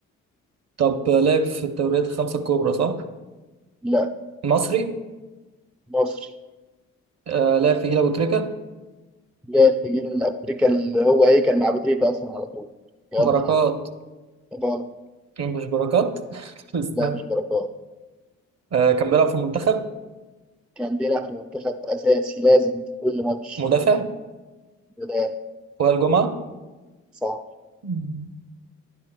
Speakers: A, on the right; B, in the centre.
A: طب لعب في الدوريات الخمسة الكبرى صح؟
B: لا
A: مصري
B: مصري
A: آه لعب في جيل أبو تريكة
B: جاء الجيل الأمريكي اللي هو إيه كان مع أبو تريكة أصلا على طول يلا
A: بركات
B: هات بركات
A: مش بركات <laughs> استنى.
B: لا مش بركات
A: آه كان بيلعب في المنتخب
B: كان بيلعب في المنتخب أساسي لازم في كل ماتش
A: مدافع
B: بداية
A: وائل جمعة
B: صح
A: مم.